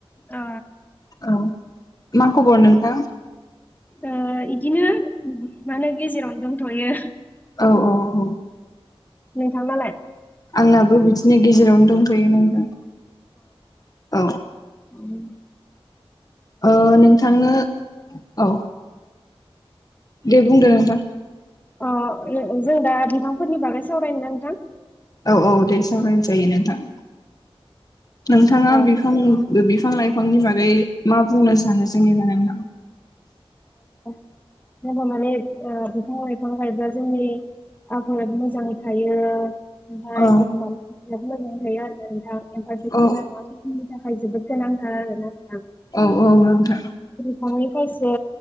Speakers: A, on the left (about 15°); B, on the left (about 40°).
A: ओ
B: औ मा खबर नोंथां?
A: औ इदिनो म होनो गेजेरावनो दंथ'यो।
B: औ औ औ।
A: नोंथांनालाय?
B: आंनाबो बिदिनो गेजेरावनो दंफैयो नोंथां। औ।
A: उम-
B: ओ नोंथांनो औ। देबुं दो नोंथां।
A: अ जों दा बिफांफोरनि बागै सावरायनो नोंथां?
B: औ औ दे सावरायनो जायो नोंथां। नोंथाङा
A: औ
B: बिफां बिफां लाइफांनि बारै मा बुंनो सानो जेननिबा नोंनाव?
A: जोंङो माने बिफां बिइफां गायब्ला जोंनि आबाद मोजाङै थायो। ओमफ्राय
B: औ
A: बुहुमाव बि मोजाङै थायो आरो नोंथां ओमफ्राय बिफां
B: औ
A: लाइफांनि थाखाय जोबोद। गोनांथार आरो ना?
B: औ औ औ।
A: बिफांनिफ्रायसो